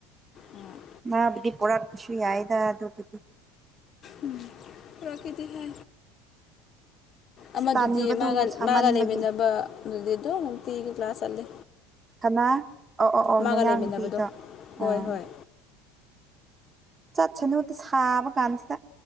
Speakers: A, on the left (about 45°); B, on the right (about 25°).
A: ꯎꯝ
B: ꯃꯥꯕꯨꯗꯤ ꯄꯨꯔꯛꯄꯁꯨ ꯌꯥꯏꯗ ꯑꯗꯨꯕꯨꯗꯤ
A: ꯎꯝ ꯄꯨꯔꯛꯀꯤꯇꯤ ꯍꯦ
B: ꯑꯁ
A: ꯑꯃꯗꯨꯗꯤ
B: ꯇꯟꯕꯗꯨ
A: ꯃꯥꯒ
B: ꯁꯥꯃꯟꯕꯒꯤ
A: ꯃꯥꯒ ꯂꯩꯃꯤꯟꯅꯕꯗꯨꯗꯤ ꯗꯨꯝ ꯅꯨꯡꯇꯤꯒꯤ ꯀ꯭ꯂꯥꯁ ꯆꯠꯂꯦ
B: ꯀꯅꯥ ꯑꯣ ꯑꯣ ꯑꯣ
A: ꯃꯥꯒ
B: ꯃꯌꯥꯡꯕꯤꯗꯣ
A: ꯂꯩꯃꯤꯟꯅꯕꯗꯣ ꯍꯣꯏ
B: ꯑꯥ
A: ꯍꯣꯏ
B: ꯆꯠꯁꯅꯨꯗ ꯁꯥꯕ ꯀꯥꯟꯁꯤꯗ